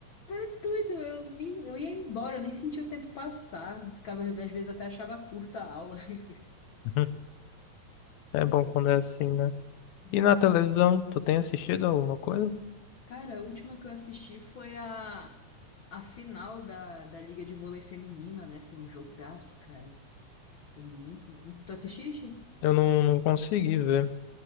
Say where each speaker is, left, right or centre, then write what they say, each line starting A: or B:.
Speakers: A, on the left; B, on the left.
A: tá doido, eu me, eu ia embora, eu nem sentia o tempo passar, ficava às vezes até achava curta a aula. <laughs>
B: <laughs> É bom quando é assim, né?
A: Demais.
B: E na televisão, tu tem assistido alguma coisa?
A: Cara, a última que eu assisti foi a, a final da, da Liga de Vôlei Feminina, né? Foi um jogaço, cara. Foi muito bom. Tu assististe?
B: Eu não, não consegui ver,